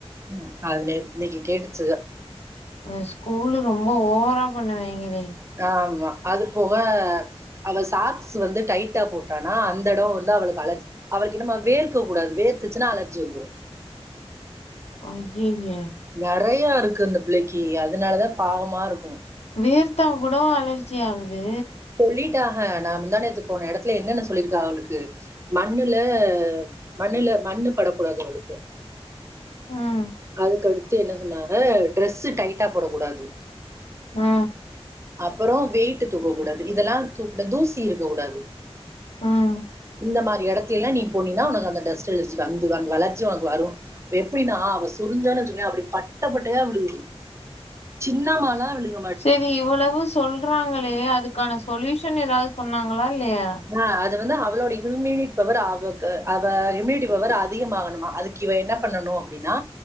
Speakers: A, on the right (about 25°); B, on the left (about 75°).
A: ம் கால்ல இன்னைக்கி கேட்டுச்சி
B: ந்த ஸ்கூலு ரொம்ப ஓவரா பண்ணுவாங்களே
A: ஆமா அது போக அவே சாக்ஸ் வந்து டைட்டா போட்டானா அந்த ஏடோ வந்து அவளுக்கு அலர்ஜி அவளுக்கு என்னமோ வேர்க்க கூடாது வேர்த்துச்சின்னா அலர்ஜி வந்துரு
B: அய்யய்ய
A: நெறைய இருக்கு இந்த பிள்ளைக்கு அதனாலதா பாவமா இருக்கு
B: வேர்த்தா கூட வா அலர்ஜி ஆகுது
A: சொல்லிட்டாக நா முந்தா நேத்து போன எடத்துல என்னென்ன சொல்லி இருக்காங்க அவளுக்கு மண்ணுல மண்ணுல மண்ணு படக்கூடாது அவளுக்கு
B: ம்
A: அதுக்கடுத்து என்ன சொன்னாங்க ட்ரெஸ் டைட்டா போடக்கூடாது
B: ஆ
A: அப்றோ வெயிட்டு தூக்க கூடாது இதெல்லா தூக்க தூசி இருக்க கூடாது
B: ம்
A: இந்த மாரி எடத் திலா நீ போனினா உனக் அந்த டஸ்ட் அலர்ஜி வந்துதா அந்த அலர்ஜி உனக்கு வரு எப்டின்னா அவ சொரிஞ்சான் வெச்சுக்யே அப்படி பட்ட பட்டையா விழுகுது சின்னமாலா விழுது
B: செரி இவ்வளவு சொல்றாங்களே அதுக்கான சொல்யூஷன் எதாவது சொன்னாங்களா இல்லையா
A: ஆ அது வந்து அவளோட இம்யுன் பவர் அவக்கு அவ இம்யுனிட்டி பவர் அதிகமாகணுமா அதுக்கு இவ என்ன பண்ணணு அப்டின்னா